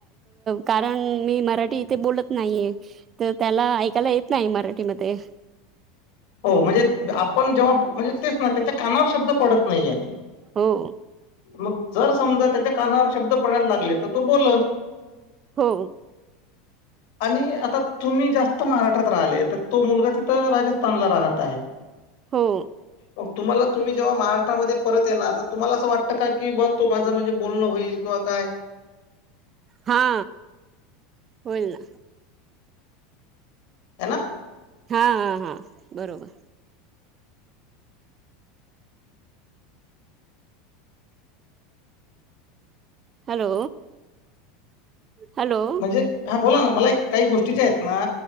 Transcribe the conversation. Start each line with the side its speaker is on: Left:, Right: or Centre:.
Right: कारण मी मराठी इथे बोलत नाहीये तर त्याला त्याला येत नाही मराठीमध्येध्ये
Left: हो म्हणजे आपण जेव्हा म्हणजे तेच ना त्याच्या कानावर शब्द पडत नाही आहेत.
Right: हो.
Left: मग जर समजा त्याच्या कानावर शब्द पडायला लागले तर तो बोलन
Right: हो.
Left: आणि आता तुम्ही जास्त महाराष्ट्रात राहिले तर तो मुलगा तिथं राजथान तांबला राहता आहे.
Right: हो.
Left: मग तुम्हाला तुम्ही जेव्हा महारा्रामध्ये परत येणार तर तुम्हाला असं वाटतं का की ब तो माझं म्हणजे बोलणं होईल किंवा काय?
Right: हा होई ना.
Left: ह ना.
Right: हा हा हा बरोबर. Hello hello.
Left: म्हणजे हा बोला ना मला एक काही गोष्टीच्या आहेत ना